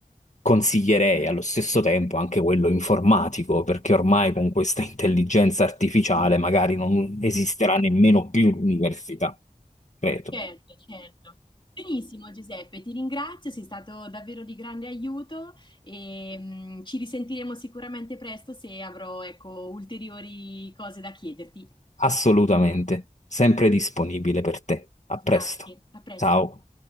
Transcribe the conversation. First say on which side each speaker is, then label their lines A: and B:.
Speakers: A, on the left; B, on the left.
A: consiglierei allo stesso tempo anche quello informatico, perché ormai con questa intelligenza artificiale magari non esisterà nemmeno più l'università. Credo.
B: Certo, certo. Benissimo Giuseppe, ti ringrazio, sei stato davvero di grande aiuto e mm, ci risentiremo sicuramente presto se avrò, ecco, ulteriori cose da chiederti.
A: Assolutamente. Sempre disponibile per te. A
B: Grazie,
A: presto.
B: a presto.
A: Ciao.